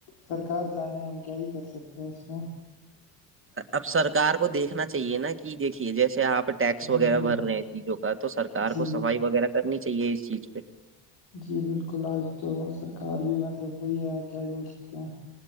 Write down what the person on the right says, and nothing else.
اب سرکار کو دیکھنا چاہیے نا کہ دیکھیے جیسے آپ ٹیکس وغیرہ
بھر رہے ہیں چیزوں کا تو سرار
کو صفائی وغیرہ کرنی چاہیے اس چیز پہ